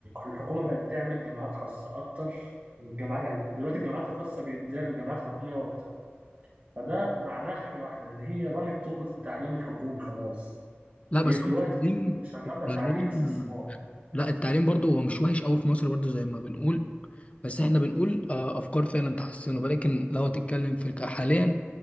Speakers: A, on the right; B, on the left.
A: الحكومة بقت تعمل جامعات خاصة أكتر من الجامعات يعني دلوقتي الجامعات الخاصة بيتزايد الجامعات الحكومية أكتر فده معناه حاجة واحدة إن هي رمت طوبة التعليم الحكومي خلاص
B: لا
A: هي
B: بس
A: دلوقتي
B: هو التعليم
A: شغالة
B: التعليم
A: تعليم استثمار
B: لا التعليم برضه هو مش وحش قوي في مصر برضه زي ما بنقول بس احنا بنقول آه، افكار فعلا تحسنه ولكن لو هتتكلم في الك- حاليا